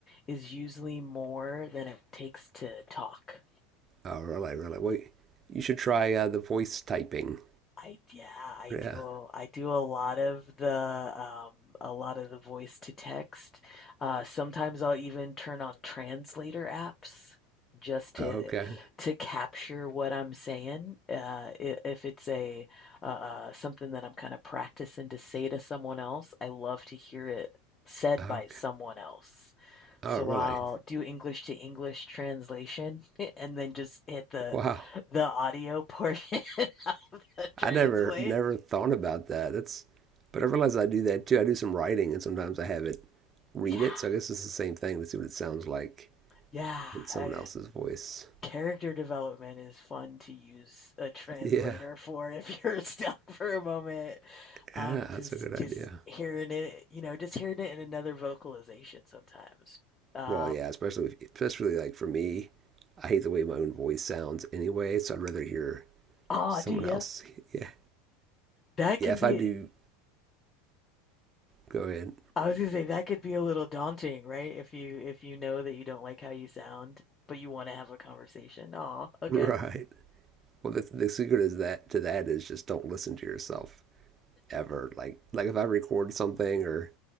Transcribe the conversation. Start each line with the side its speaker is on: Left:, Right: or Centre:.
Left: is usually more than it takes to talk.
Right: Oh, really, really. Well, you should try uh, the voice typing.
Left: I yeah, I
Right: Yeah.
Left: do I do a lot of the um a lot of the voice to text. Uh sometimes I'll even turn on translator apps just to
Right: Oh, okay.
Left: to capture what I'm saying. Uh i- if it's a uh uh, something that I'm kind of practicing to say to someone else, I love to hear it said
Right: Oh,
Left: by
Right: okay.
Left: someone else.
Right: Oh,
Left: So
Right: really?
Left: I'll do English to English translation <laughs> and then just hit the
Right: Wow.
Left: the audio portion <laughs> to translate.
Right: I never never thought about that. That's, but I realize I do that too. I do some writing, and sometimes I have it read
Left: Yeah,
Right: it. So I guess it's the same thing to see what it sounds like.
Left: yeah.
Right: in someone
Left: Uh,
Right: else's voice.
Left: character development is fun to use a translator
Right: Yeah,
Left: for if you're <laughs> stuck for a moment. Um,
Right: yeah, that's
Left: just
Right: a good idea.
Left: just hearing it, you know, just hearing it in another vocalization sometimes. Um,
Right: Well, yeah, especially especially like for me, I hate the way my own voice sounds anyway, so I'd rather hear
Left: oh,
Right: someone
Left: do ya?
Right: else. <laughs> Yeah,
Left: That
Right: yeah.
Left: can
Right: If
Left: be.
Right: I do, go ahead.
Left: I was gonna say that could be a little daunting, right? If you if you know that you don't like how you sound, but you want to have a conversation. Oh, okay.
Right: Right. Well, the, the secret is that to that is just don't listen to yourself ever. Like like if I record something or